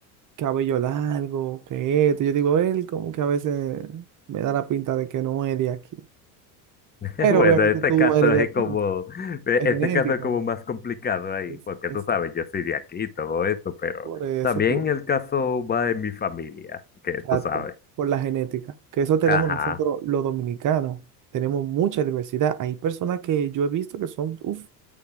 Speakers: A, on the right (about 40°); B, on the left (about 20°).
A: cabello largo, que esto. Yo digo, él como que a veces me da la pinta de que no es de aquí.
B: <laughs>
A: Pero
B: Bueno,
A: obviamente
B: este
A: tú
B: caso
A: eres de
B: es
A: aquí,
B: como, e-
A: es
B: este
A: genética.
B: caso es como más complicado ahí,
A: Es,
B: porque
A: esa-
B: tú sabes, yo soy de aquí y todo eso, pero
A: por eso
B: también
A: tú,
B: el caso va en mi familia, que
A: exacto,
B: tú sabes.
A: por la genética. Que eso tenemos
B: Ajá.
A: nosotros los dominicanos. Tenemos mucha diversidad. Hay personas que yo he visto que son, uff,